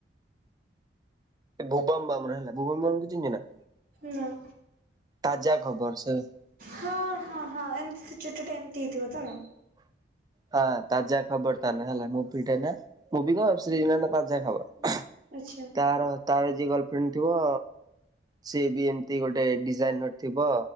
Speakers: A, on the right; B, on the right.
A: ଭୁବମ୍ ବାମରେ ହେଲା ଭୁବମ୍ ବାମ୍ କୁ ଚିହ୍ନିଚୁନା?
B: ନାଁ।
A: ତାଜା ଖବର ସେଇ
B: ହଁ-ହଁ-ହଁ ଏମିତି ଚୁଟିଟା ଏମିତି ହେଇଥିବତ?
A: ହଁ ତାଜା ଖବର ତାନା ହେଲା ମୁଭିଟାନା ମୁଭି କଣ ୱେବ୍ସିରିଜର ନାଁ ତାଜା ଖବର।
B: ଆଚ୍ଛା।
A: ତାର-ତାର ଯିଏ ଗର୍ଲଫ୍ରେଣ୍ଡ ଥିବ ସିଏବି ଏମିତି ଗୋଟେ ଡିଜାଇନର ଥିବ